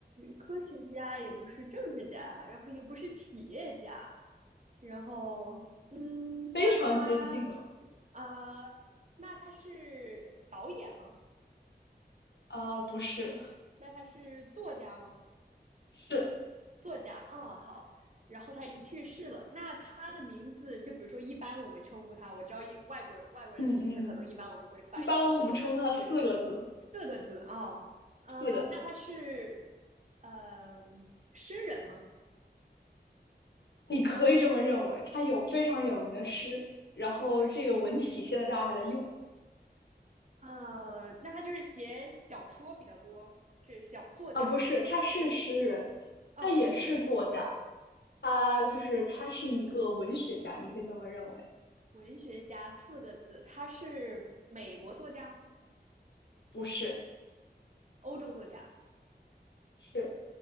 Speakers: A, on the right; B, on the left.
A: 科学家，也不是政治家，然后也不是企业家，然后，嗯，
B: 非常接近了，
A: 那他啊、呃那他是导演吗？
B: 啊，不是，
A: 那他是作家吗？
B: 是，
A: 作家，嗯，好，然后他已经去世了。那他的名字，就比如说，一般我们称呼他，我知道一外国人外国人的名字，
B: 嗯嗯，
A: 可能一般我们会翻译成不同样是
B: 一般我们称呼它四个字，
A: 四个字哦，呃，
B: 四个字。
A: 那他是呃诗人吗？
B: 你可以这么认为，他有非常有名的诗，然后这个文体现在大家还在用
A: 呃，那他就是写小说比较多，是小作家吗？
B: 啊，不是，
A: 就是写小不是
B: 他是诗人，
A: 哦，
B: 他也是作家，
A: 诗人、
B: 他就是他是一个文学家，你可以这么认为，
A: 文学家四个字，他是美国作家吗？
B: 不是，
A: 欧洲作家？
B: 是